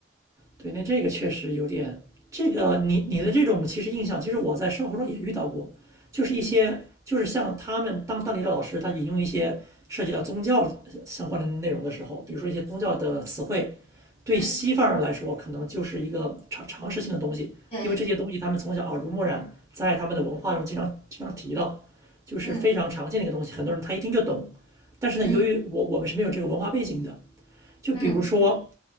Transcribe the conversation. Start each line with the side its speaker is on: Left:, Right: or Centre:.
Right: 对，那这个确实有点，这个你你的这种其实印象，其实我在生活中也遇到过，就是一些就是像他们当当地的老师，
Left: 嗯
Right: 他引用一些涉及到宗教相关的内容的时候，比如说一些宗教的词汇，对西方人来说可能就是一个常常识性的东西，
Left: 嗯对，
Right: 因为这些东西他们从小耳濡目染，在他们的文化中经常经常提到，就是非常常见的一个东西，
Left: 嗯
Right: 很多人他一听就懂。但是呢，
Left: 嗯
Right: 由于我我们是没有这个文化背景的，就比如说
Left: 嗯